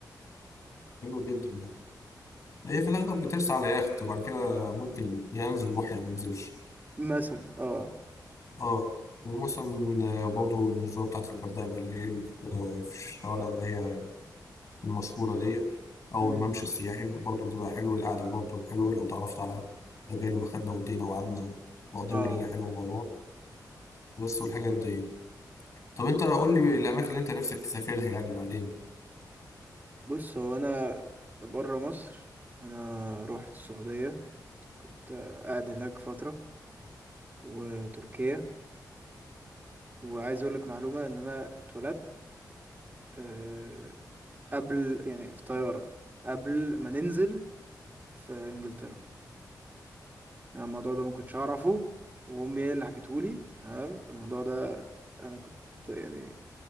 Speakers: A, on the left; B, on the right.
A: حلو جدا ده هي في الأغلب بترسى على يخت وبعد كده ممكن يا ينزل البحر يا ما ينزلش
B: مثلا اه
A: اه ومثلا آه، برضو النزهة بتاعت الغردقة بالليل في الشوارع اللي هي المشهورة دي أو
B: مم.
A: الممشى السياحي برضو بتبقى حلو القعدة برضو حلوة لو تعرفت على أجانب أخدنا ودينا وقعدنا وقضينا
B: اه
A: ليلة حلوة مع بعض بس والحاجات دي طب أنت قول لي الأماكن اللي أنت نفسك تسافرها يعني بعدين
B: بص هو انا بره مصر انا روحت السعودية كنت قاعد هناك فترة وتركيا وعايز اقول لك معلومة ان انا اتولدت آه، قبل يعني في طيارة قبل ما ننزل في انجلترا يعني الموضوع ده ما كنتش اعرفه وامي هي اللي حكته لي تمام الموضوع ده انا كنت يعني